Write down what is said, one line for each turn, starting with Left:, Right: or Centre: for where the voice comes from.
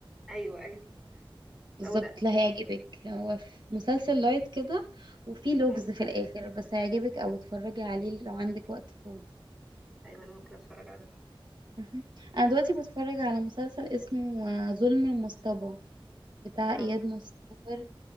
Centre: أيوه أيوه
Right: بالظبط
Centre: هو ده
Right: لا هيعجبك هو في مسلسل لايت كده وفي لغز
Centre: مم.
Right: في الآخر بس هيعجبك أو اتفرجي عليه لو عندك وقت فاضي
Centre: أيوه أنا ممكن أتفرج على ده فعلا
Right: مهم. أنا دلوقتي بتفرج على مسلسل اسمه آه، ظلم المصطبة بتاع
Centre: اه
Right: إياد نصار